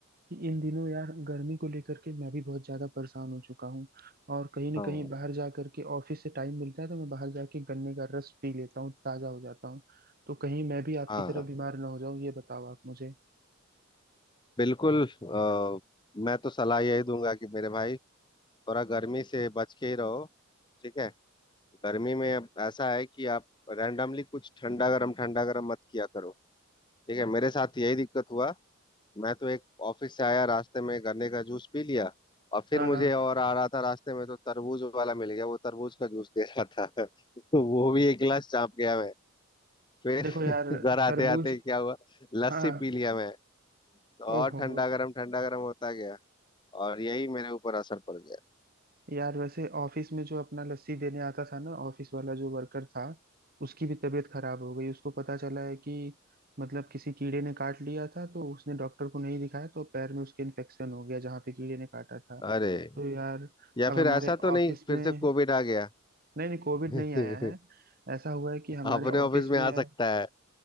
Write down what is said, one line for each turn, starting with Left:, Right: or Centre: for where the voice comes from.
Right: कि इन दिनों यार गर्मी को लेकर के मैं भी बहुत ज्यादा परेशान हो चुका हूँ और कहीं ना
Left: हाँ
Right: कहीं बाहर जा करके ऑफिस से टाइम मिलता है तो मैं बाहर जाके गन्ने का रस पी लेता हूँ ताजा हो जाता हूँ तो कहीं मैं भी आपकी
Left: हाँ
Right: तरह बीमार ना हो जाऊं ये बताओ आप मुझे
Left: बिल्कुल अ, मैं तो सलाह यही दूंगा कि मेरे भाई थोड़ा गर्मी से बच के ही रहो ठीक है गर्मी में अब ऐसा है कि आप रैंडमली कुछ ठंडा गरम ठंडा गरम मत किया करो ठीक है मेरे साथ यही दिक्कत हुआ मैं तो एक ऑफिस से आया रास्ते में गन्ने का जूस पी लिया और फिर
Right: हाँ
Left: मुझे
Right: हाँ
Left: और आ रहा था रास्ते में तो तरबूज वाला मिल गया वो तरबूज का जूस दे रहा था <laughs> तो वो भी एक गिलास चाप गया मैं फिर
Right: देखो
Left: <laughs>
Right: यार
Left: घर आते
Right: तरबूज
Left: आते क्या हुआ लस्सी
Right: हाँ
Left: पी लिया मैं और
Right: ओहो
Left: ठंडा गरम ठंडा गरम होता गया और यही मेरे ऊपर असर पड़ गया
Right: यार वैसे ऑफिस में जो अपना लस्सी देने आता था ना ऑफिस वाला जो वर्कर था उसकी भी तबीयत खराब हो गई उसको पता चला है कि मतलब किसी कीड़े ने काट लिया था तो उसने डॉक्टर को नहीं दिखाया तो पैर में उसके इन्फेक्शन हो गया जहाँ पे कीड़े ने काटा था तो
Left: अरे
Right: हम्म यार
Left: या
Right: अब
Left: फिर
Right: हमारे
Left: ऐसा तो नहीं
Right: ऑफिस
Left: फिर
Right: में
Left: से कोविड आ गया
Right: नहीं नहीं कोविड
Left: <laughs>
Right: नहीं आया है ऐसा हुआ है कि हमारे
Left: अपने ऑफिस
Right: ऑफिस
Left: में
Right: में
Left: आ
Right: अब
Left: सकता है